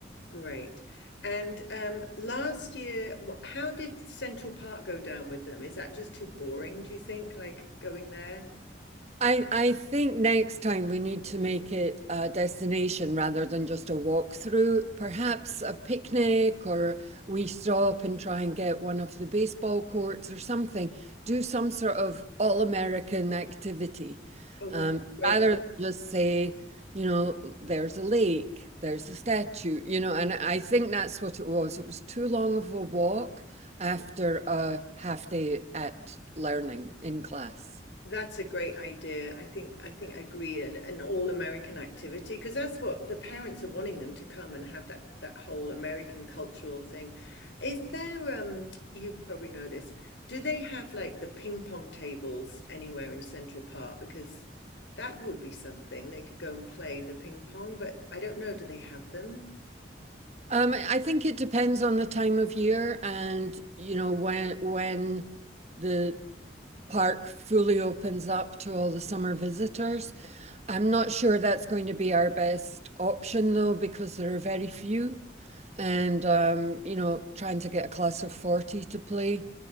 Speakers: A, on the left; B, on the right.
A: Great. And um, last year, wh- how did Central Park go down with them? Is that just too boring, do you think? Like going there?
B: I I think next time we need to make it a destination rather than just a walkthrough. Perhaps a picnic, or we stop and try and get one of the baseball courts or something. Do some sort of all-American activity,
A: Oh, that's
B: um,
A: great.
B: rather than just say, you know, there's a lake, there's a statue, you know. And I think that's what it was. It was too long of a walk after a half day at learning in class.
A: That's a great idea. I think I think I agree an, an all-American activity because that's what the parents are wanting them to come and have that that whole American cultural thing. Is there um you probably know this. Do they have like the ping pong tables anywhere in Central Park? Because that would be something. They could go and play the ping pong, but I don't know. Do they have them?
B: Um, I think it depends on the time of year and you know when when the park fully opens up to all the summer visitors. I'm not sure that's going to be our best option though, because there are very few. And um, you know, trying to get a class of 40 to play